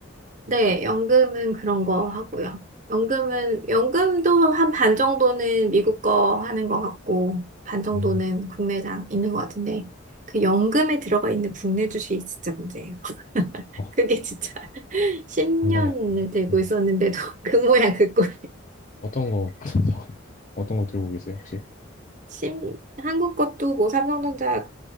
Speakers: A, on the right; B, on the left.
A: 네, 연금은 그런 거 하고요. 연금은 연금도 한 반 정도는 미국 거 하는 것 같고 반 정도는
B: 음,
A: 국내장 있는 것 같은데 그 연금에 들어가 있는 국내 주식이 진짜 문제예요. <laughs>
B: 어,
A: 그게 진짜 <laughs> 10년을
B: 감당이 안 되나요?
A: 들고
B: 음.
A: 있었는데도 <laughs> 그 모양 그 꼴.
B: 어떤 거 어떤 거 들고 계세요 혹시?
A: 심, 한국 것도 뭐 삼성전자